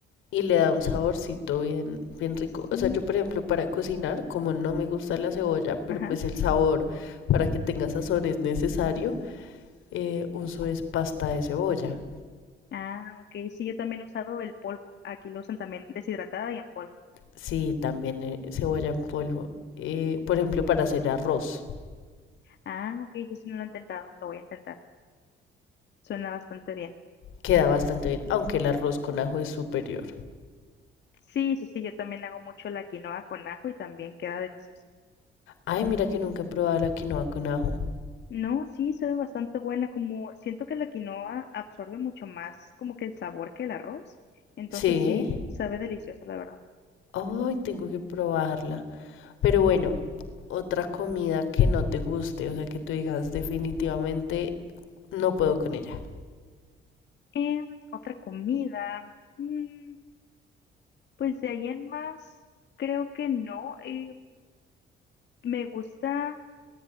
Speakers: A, on the left (about 85°); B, on the left (about 60°).
A: y le da un saborcito bien, bien rico.
B: Sí,
A: O sea, yo por ejemplo para cocinar, como no me gusta la cebolla, pero
B: ajá.
A: pues el sabor para que tenga sazón es necesario, eh, uso es pasta de cebolla.
B: Ah, ok. Sí, yo también he usado el polvo. Aquí lo usan también deshidratada y en polvo.
A: Sí, también eh, cebolla en polvo. Eh, por ejemplo, para hacer arroz,
B: Ah, ok. Sí, sí, no lo he intentado. Lo voy a intentar. Suena bastante bien.
A: queda bastante bien, aunque el arroz con ajo es superior.
B: Sí, sí, sí. Yo también hago mucho la quinoa con ajo y también queda delicioso.
A: Ay, mira que nunca he probado la quinoa con ajo.
B: No, sí, sabe bastante buena, como siento que la quinoa absorbe mucho más como que el sabor que el arroz, entonces
A: Sí,
B: sí, sabe delicioso, la verdad.
A: ay, tengo que probarla. Pero bueno, otra comida que no te guste, o sea, que tú digas definitivamente no puedo con ella.
B: Em, otra comida, mm, pues de ahí en más, creo que no, eh, me gusta,